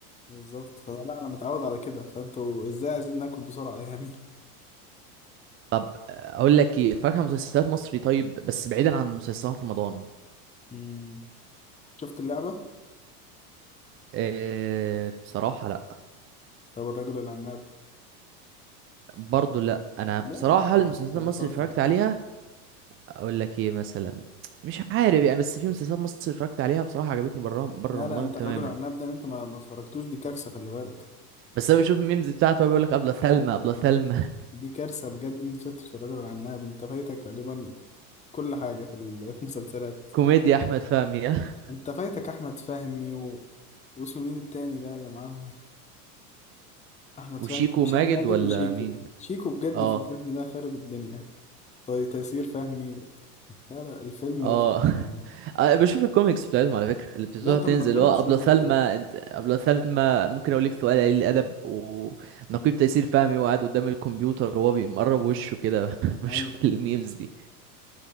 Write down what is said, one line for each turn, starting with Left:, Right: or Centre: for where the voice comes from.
Left: بالظبط فانا لا انا متعود على كده فانتوا ازاي عايزين ناكل بسرعه يعني
Right: طب اقول لك ايه اتفرج على مسلسلات مصري طيب بس بعيدا عن مسلسلات رمضان
Left: مم. شفت اللعبه
Right: إيه بصراحة لا
Left: طب الرجل العناب
Right: برضو لا انا
Left: لا
Right: بصراحة
Left: يا عم،
Right: المسلسلات
Left: انت بتهزر
Right: المصري اللي اتفرجت عليها اقول لك ايه مثلا مش عارف يعني بس في مسلسلات مصري اتفرجت عليها بصراحة عجبتني بره بره
Left: لا
Right: رمضان
Left: لا انت
Right: تماما
Left: الرجل العناب ده انت ما ما اتفرجتوش دي كارثه خلي بالك
Right: بس انا بشوف الميمز بتاعته بيقول لك ابله ثلمى ابله ثلمى
Left: دي دي كارثه بجد انت شفتش الرجل العناب انت فايتك غالبا كل حاجه في ال- في المسلسلات
Right: <laughs> كوميديا احمد فهمي <laughs> ها؟
Left: انت فايتك احمد فهمي و... واسمه مين التاني ده اللي معاهم احمد
Right: وشيكو
Left: فهمي وهشام
Right: ماجد
Left: ماجد
Right: ولا
Left: وشيكو
Right: مين
Left: شيكو بجد
Right: اه
Left: في الفيلم ده خارب الدنيا طي تيسير فهمي لا لا الفيلم
Right: اه
Left: ده فيلم
Right: <laughs>
Left: أجنبي.
Right: أنا بشوف الكوميكس بتاعتهم على فكرة اللي بتبتدي
Left: لا طب
Right: تنزل
Left: ما تجرب
Right: اللي هو
Left: تشوفه
Right: أبلة سلمى
Left: طيب
Right: انت أبلة سلمى ممكن أقول لك سؤال قليل الأدب ونقيب
Left: مم.
Right: تيسير فهمي وقاعد قدام الكمبيوتر وهو بيمرب وشه كده <laughs> بشوف
Left: ايوه
Right: الميمز دي